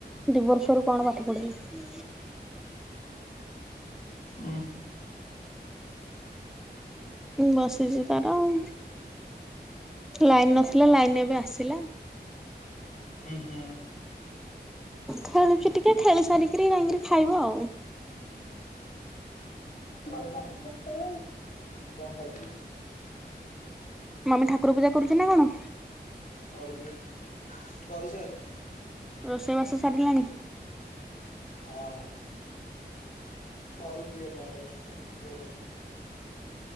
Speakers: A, in the centre; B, on the left.
A: ଦିବର୍ଷରୁ କଣ ପାଠ ପଢିବ?
B: ହୁଁ।
A: ବସିଚି ତାର ଆଉ ଲାଇନ୍ ନଥିଲା ଲାଇନ ଏବେ ଆସିଲା।
B: ଉଁ ହୁଁ।
A: ଖେଳୁଚି ଟିକେ ଖେଳି ସାରିକରି ଯାଇକିରି ଖାଇବ ଆଉ।
B: ମମି ଗାଧେଇକିରି ଆସି ସାଇସାଇଲେଣି?
A: ମମି ଠାକୁର ପୂଜା କରୁଚି ନା କଣ?
B: କରୁଚି କରିସାଇଲାଣି।
A: ରୋଷେଇବାସ ସାରିଲାଣି?
B: ହଁ କରୁଚି ଏଇନା ରୋଷେଇ। <unintelligible> କରୁଚି।